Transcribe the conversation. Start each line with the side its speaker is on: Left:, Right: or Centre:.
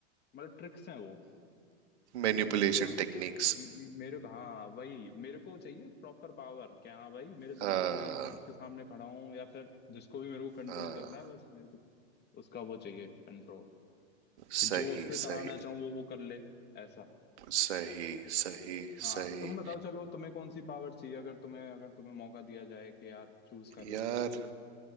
Left: मतलब ट्रिक्स हैं वो
Right: Manipulation
Left: म- मेरे को म-
Right: techniques
Left: मेरे को हाँ वही मेरे को चाहिए प्रॉपर पावर कि हाँ भाई मेरे दिमाग
Right: हाँ
Left: में मैं जिसके सामने खड़ा हूँ या फिर जिसको भी मेरे को कंट्रोल
Right: हाँ
Left: करना है बस मेरे को उसका वो चाहिए कंट्रोल
Right: सही
Left: जो उस पे कराना
Right: सही
Left: चाहूँ वो वो कर ले ऐसा
Right: सही सही
Left: हाँ
Right: सही
Left: तुम बताओ चलो तुम्हें कौन सी पावर चाहिए अगर तुम्हें अगर तुम्हें मौका दिया जाए कि यार चूज कर लो
Right: यार